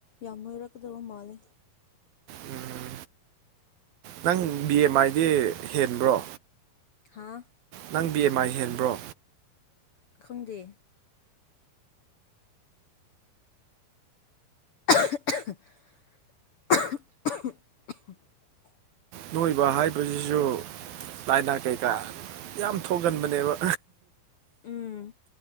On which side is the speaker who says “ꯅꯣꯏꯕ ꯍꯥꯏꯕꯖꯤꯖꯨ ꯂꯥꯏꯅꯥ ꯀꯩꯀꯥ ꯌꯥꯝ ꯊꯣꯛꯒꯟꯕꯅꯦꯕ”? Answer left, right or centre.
Right